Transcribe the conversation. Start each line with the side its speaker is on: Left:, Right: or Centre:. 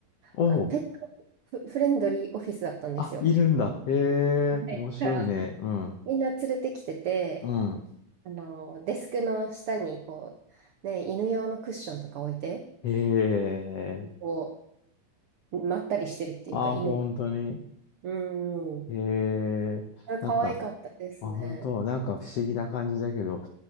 Left: おお。
Right: あの、ペットフ、フレンドリーオフィスだったんですよ。
Left: あ、いるんだ。へえ、
Right: はいだから、
Left: 面白いね。うん。
Right: みんな連れてきてて、
Left: うん。
Right: あの、デスクの下に、こう、ね、犬用のクッションとか置いて、
Left: へえ。
Right: こう、まったりしてるっていうか、
Left: あ、
Right: 犬が。
Left: 本当に。
Right: うん。
Left: へえ。
Right: あれ、
Left: なんか、
Right: 可愛かったですね。
Left: あ、本当、なんか不思議な感じだけど。